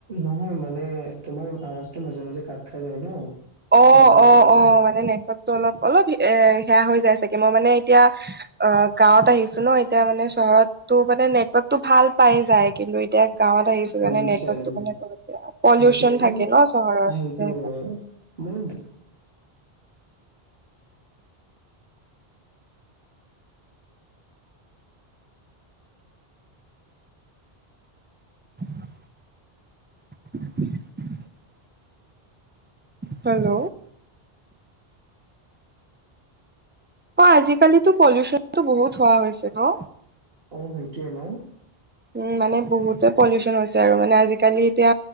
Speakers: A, on the right; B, on the right.
A: নহয়, মানে তোমাৰ আৱাজটো মাজে, মাজে কাট খাই যায় ন'।
B: অ',
A: সেইকাৰণে
B: অ',
A: সুধিছো।
B: অ' মানে নেটৱৰ্কটো অলপ, অলপ এ, সেয়া হৈ যায় চাগে, মই মানে এতিয়া অ', গাঁৱত আহিছো ন', এতিয়া মানে চহৰতটো মানে নেটৱৰ্কটো ভাল পাই যায়, কিন্তু এতিয়া গাঁৱত আহিছো
A: পলিউচন।
B: কাৰণে নেটৱৰ্টো মানে বহুত বেয়া, পলিউচন
A: সেইটোৱে। তুমি
B: থাকে ন' চহৰত
A: সেইটোৱে
B: সেইকাৰণে।
A: <unintelligible>
B: <unintelligible> হেল্ল'? অ' আজিকালিটো পলিউচনটো বহুত হোৱা হৈছে ন'?
A: অ' সেইটোৱে ন'।
B: উম' মানে বহুতে পলিউচন হৈছে আৰু মানে আজিকালি এতিয়া